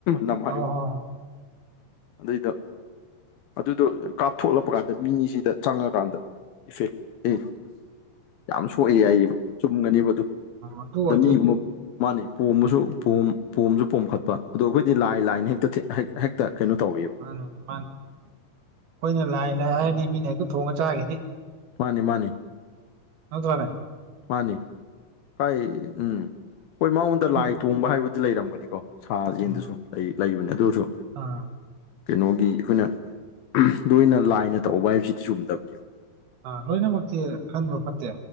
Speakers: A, on the left; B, on the right.
A: ꯅꯃꯥꯏ
B: ꯍꯣꯏ ꯍꯣꯏ
A: ꯑꯗꯨꯏꯗ ꯑꯗꯨꯗꯣ ꯀꯥꯞꯊꯣꯛꯂꯛꯄ ꯀꯥꯟꯗ ꯃꯤꯁꯤꯗ ꯆꯪꯉꯀꯥꯟꯗ ꯏꯐꯦꯛ ꯑ ꯌꯥꯝ ꯁꯣꯛꯑꯦ ꯍꯥꯏꯏꯌꯦꯕ ꯆꯨꯝꯒꯅꯤꯕ
B: ꯑꯗꯨ
A: ꯑꯗ
B: ꯑꯣꯏꯗꯣꯏꯅꯤ
A: ꯃꯤꯒꯨꯝꯕ ꯃꯥꯅꯤ ꯄꯣꯝꯕꯁꯨ ꯄꯣꯝ ꯄꯣꯝꯁꯨ ꯄꯣꯝꯈꯠꯄ ꯑꯗꯣ ꯑꯩꯈꯣꯏꯗꯤ ꯂꯥꯏ ꯂꯥꯏꯅ ꯍꯦꯛꯇ ꯍꯦꯛ ꯀꯩꯅꯣ ꯇꯧꯕꯤꯌꯨ
B: ꯃꯥꯅꯤꯅꯦ ꯃꯥꯅꯤꯅꯦ ꯑꯩꯈꯣꯏꯅ ꯂꯥꯏ ꯂꯥꯏ ꯍꯥꯏꯔꯅꯤ ꯃꯤꯅ ꯍꯦꯛꯇ ꯊꯣꯡꯉꯒ ꯆꯥꯈꯤꯅꯤ
A: ꯃꯥꯅꯤ ꯃꯥꯅꯤ
B: <inaudible>
A: ꯃꯥꯅꯤ ꯍꯥꯏ ꯎꯝ ꯍꯣꯏ ꯃꯉꯣꯟꯗ
B: ꯈꯪꯗꯦ
A: ꯂꯥꯏ ꯇꯣꯡꯕ ꯍꯥꯏꯕꯗꯤ ꯂꯩꯔꯝꯒꯅꯤꯀꯣ ꯁꯥ ꯌꯦꯟꯗꯨꯁꯨ
B: ꯎꯝ
A: ꯂꯩ ꯂꯩꯕꯅꯦ ꯑꯗꯨꯁꯨ
B: ꯑꯥ
A: ꯀꯩꯅꯣꯒꯤ ꯑꯩꯈꯣꯏꯅ ꯅꯣꯏꯅ ꯂꯥꯏꯅ ꯇꯧꯕ ꯍꯥꯏꯕꯁꯤꯗꯤ ꯆꯨꯝꯗꯕꯅꯤꯕ
B: ꯑ ꯂꯣꯏꯅꯃꯛꯇꯤ ꯈꯟꯕ ꯐꯠꯇꯦ